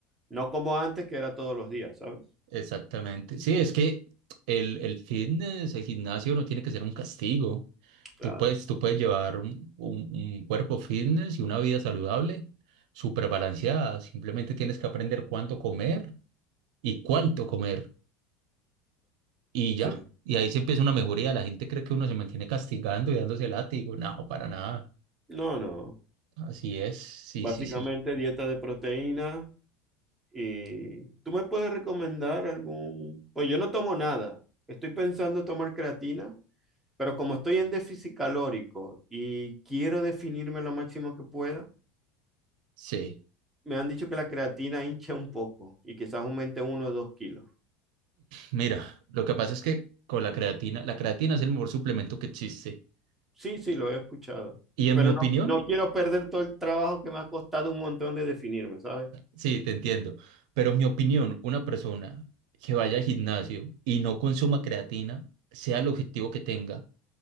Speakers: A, in the centre; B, on the right.
A: no como antes, que era todos los días, ¿sabes?
B: Exactamente. Sí, es que el, el fitness, el gimnasio no tiene que ser un castigo.
A: Claro,
B: Tú puedes, tú puedes llevar un, un- un cuerpo fitness y una vida saludable, súper balanceada. Simplemente tienes que aprender cuánto comer y cuánto comer. Y ya,
A: sí.
B: y ahí se empieza una mejoría. La gente cree que uno se mantiene castigando y dándose látigo. No, para nada.
A: No, no.
B: Así es. Sí,
A: Básicamente
B: sí, sí.
A: dieta de proteína. Y tú me puedes recomendar algún... Pues yo no tomo nada. Estoy pensando tomar creatina, pero como estoy en déficit calórico y quiero definirme lo máximo que pueda,
B: Sí.
A: me han dicho que la creatina hincha un poco y quizás aumente uno o dos kilos.
B: Mira, lo que pasa es que con la creatina, la creatina es el mejor suplemento que existe.
A: Sí, sí,
B: Y,
A: lo he escuchado.
B: y en
A: Pero
B: mi opinión,
A: no, no quiero perder todo el trabajo que me ha costado un montón de definirme, ¿sabes?
B: sí, te entiendo. Pero en mi opinión, una persona que vaya al gimnasio y no consuma creatina, sea el objetivo que tenga,